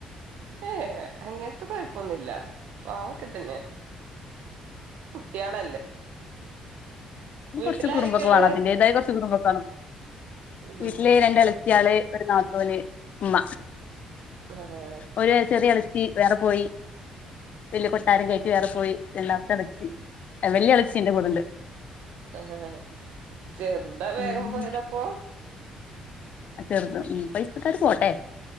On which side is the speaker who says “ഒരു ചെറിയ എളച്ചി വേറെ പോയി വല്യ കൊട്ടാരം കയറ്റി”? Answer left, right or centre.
Left